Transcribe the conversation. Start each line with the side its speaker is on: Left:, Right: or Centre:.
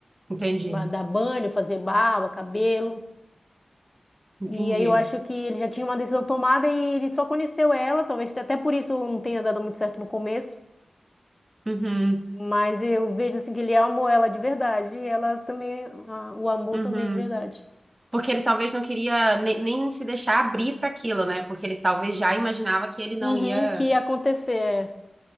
Right: Entendi.
Left: Ma- dar banho, fazer barba, cabelo.
Right: Entendi.
Left: E aí eu acho que ele já tinha uma decisão tomada e ele só conheceu ela, talvez até por isso não tenha dado muito certo no começo.
Right: Uhum.
Left: Mas eu vejo assim que ele amou ela de verdade e ela também, ah, o amor
Right: Uhum.
Left: também de verdade.
Right: Porque ele talvez não queria ne- nem, se deixar abrir para aquilo, né? Porque ele talvez já imaginava que ele não
Left: Uhum,
Right: ia.
Left: que ia acontecer, é.